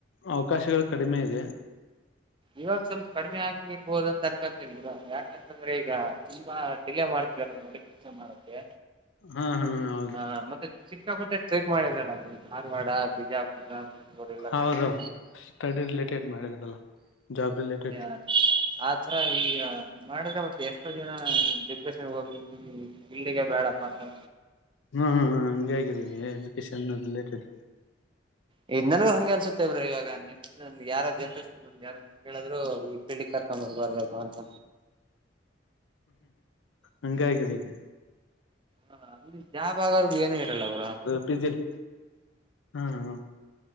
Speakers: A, on the left; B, on the right.
A: ಅವಕಾಶಗಳು ಕಡಿಮೆ ಇದೆ.
B: ಇವಾಗ ಸ್ವಲ್ಪ ಕಡಿಮೆ ಆಗ್ರ್ಬಹುದು ಅಂತ ಅನ್ಕೊಂತಲ್ ಯಾಕಂತಂದ್ರೆ ಈಗ ತುಂಬಾ. ಡಿಲೇ ಮಾಡ್ತ ನೋಡಿ ಕೆಲಸ ಮಾಡಕ್ಕೆ
A: ಹಾ ಹಾ ಹೌದು
B: ಹ ಮತ್ತೆ ಸಿಕ್ಕಾಪಟ್ಟೆ. ಚೇಕ್ ಮಾಡಿಲ್ಲ ಬ್ರೋ ಧಾರವಾಡ ಬಿಜಾಪುರ ಅದು. ಅವರೆಳ್ಳ
A: ಹೌದೌದು
B: ಕಡೆೆಯಲ್ಲಿ.
A: ಸ್ಟಡಿ ರಿಲೇಟೆಡ್ ಮಾಡಿದ್ರಲ್ಲ ಜಾಬ್ ರಿಲೇಟೆಡ್
B: <unintelligible> ಆತರ ಈಗ ಮಾಡಿದ್ರೆ ಮತ್ತೆ ಎಷ್ಟೋ ಜನ ಡಿಪ್ರೆಷನ್ ಹೋಗ್ಬೇಕ. ಇಲ್ಲಿಗೆ ಬೇಡಪ್ಪಾ ಅಂತ.
A: ಹ್ಮ ಹಂಗೆ ಆಗಿದೆ ಎಜುಕೇಶನ್ ರಿಲೇಟೆಡ್.
B: ಇ ನನಗೂ ಹಂಗೆ ಅನ್ಸುತ್ತೇ ಬ್ರೋ ಇವಾಗ ಯಾರ ಜನ್ರ. ಒಂದ್ ಯಾರಾದು ಕೇಳಿದ್ರು ಈ ಪಿಳಿಗ್ ಕರ್ಕೊಂಡ ಬರ್ಬಾರ್ದ ಅಂತ.
A: ಹಂಗ ಆಗಿದೆ ಈಗ.
B: ಹ ಇಲ್ಲಿ ಯಾವ ಭಾಗವಗ ಏನೇ ಇರಲ್ಲ ಬ್ರೋ.
A: ಪಿಜಿಲ್ ಹ್ಮ.